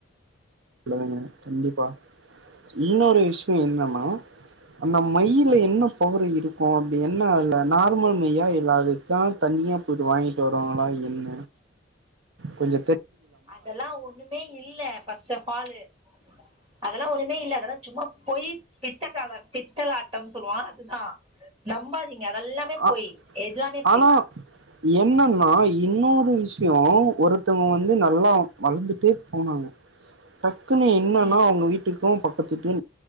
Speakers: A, on the right; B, on the right.
A: நல்லதுங்க கண்டிப்பா இன்னொரு விஷயம் என்னன்னா அந்த மையில என்ன பவரு இருக்கும் அப்டி என்ன இல்ல நார்மல் மையா இல்ல அதுக்கான் தனியா போயிட்டு வாங்கிட்டு வருவாங்களா என்ன கொஞ்ச
B: அதெல்லா ஒண்ணுமே இல்ல ஃபஸ்ட் ஆப் ஆளு அதெல்லா ஒண்ணுமே இல்ல அதெல்லா சும்மா போயி பித்த கால பித்தல ஆட்டம் சொல்லுவோ அதுதா நம்பாதி இங்க அதெல்லாமே
A: ஆ
B: பொய் எல்லாமே பொய்
A: ஆனா என்னன்னா இன்னொரு விஷியம் ஒருத்தவங்க வந்து நல்லா வளந்துட்டே போனாங்க டக்குனு என்னன்னா
B: ம்
A: அவங்க வீட்டுக்கும் பக்கத்து வீட்டு